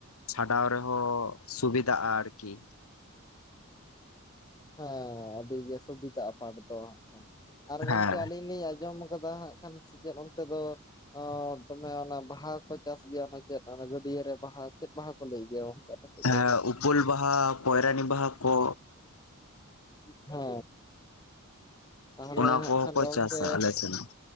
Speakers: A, on the left; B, on the left.
A: ᱪᱷᱟᱰᱟᱣ ᱨᱮᱦᱚᱸ ᱥᱩᱵᱤᱫᱟᱜᱼᱟ ᱟᱨᱠᱤ
B: ᱦᱮᱸ ᱟᱹᱰᱤ ᱜᱮ ᱥᱩᱵᱤᱫᱟᱜᱼᱟ ᱯᱟᱴ ᱫᱚ ᱟᱨ ᱜᱚᱢᱠᱮ
A: ᱦᱮᱸ
B: ᱟᱹᱞᱤᱧ ᱞᱤᱧ ᱟᱸᱡᱚᱢ ᱠᱟᱫᱟ ᱦᱟᱸᱜ <inaudible> ᱥᱮᱪᱮᱫ ᱚᱱᱛᱮ ᱫᱚ ᱚ ᱫᱚᱢᱮ ᱚᱱᱟ ᱵᱟᱦᱟ ᱠᱚ ᱪᱟᱥ ᱜᱮᱭᱟ ᱪᱮᱫ ᱜᱟᱹᱰᱭᱟᱹ ᱨᱮ ᱵᱟᱦᱟ ᱪᱮᱫ ᱵᱟᱦᱟ ᱠᱚ ᱞᱟᱹᱭ ᱜᱮᱭᱟ ᱟᱯᱮ ᱥᱮᱫ
A: ᱦᱮᱸ
B: ᱫᱚ ᱚᱱᱟ ᱫᱚ
A: ᱩᱯᱟᱹᱞ ᱵᱟᱦᱟ ᱯᱚᱭᱨᱟᱱᱤ ᱵᱟᱦᱟ ᱠᱚ
B: ᱦᱮ ᱛᱟᱦᱚᱞᱮ
A: ᱚᱱᱟ
B: ᱦᱟᱸᱜ
A: ᱠᱚᱦᱚᱸ
B: ᱠᱷᱟᱱ
A: ᱠᱚ
B: ᱜᱚᱝᱠᱮ
A: ᱪᱟᱥᱟ ᱟᱞᱮ ᱥᱮᱱ